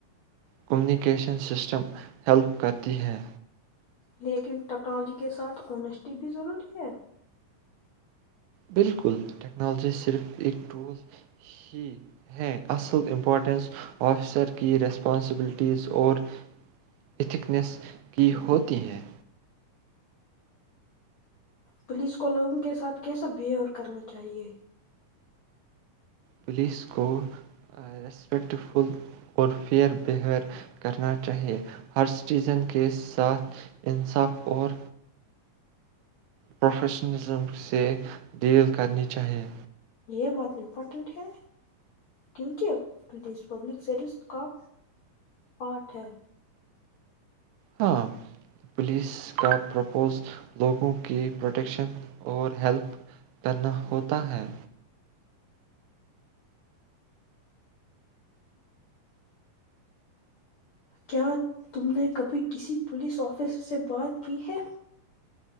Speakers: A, on the right; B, on the left.
A: کمیونیکیشن سسٹم ہیلپ کرتی ہیں
B: لیکن ٹیکنالوجی کے ساتھ اونیسٹی بھی ضروری ہے
A: بالکل ٹیکنالوجی صرف ایک ٹول ہی ہے اصل امپورٹنس آفیسر کی ریسپانسبلٹیز اور اتکنیس کی ہوتی ہیں
B: پولیس کو لوگوں کے ساتھ کیسا بہیو کرنا چاہیے
A: پولیس کو رسپیکٹ فل اور فیئر بہیر کرنا چاہیے ہر سٹیزن کے ساتھ انصاف اور پروفیشنزم سے ڈیل کرنی چاہیے
B: یہ بات امپورٹنٹ ہے کیونکہ پولیس پبلک سروس کا پارٹ ہے
A: ہاں پولیس کا پرپوز لوگوں کی پروٹیکشن اور ہیلپ کرنا ہوتا ہے
B: کیا تم نے کبھی کسی پولیس آفسر سے بات کی ہے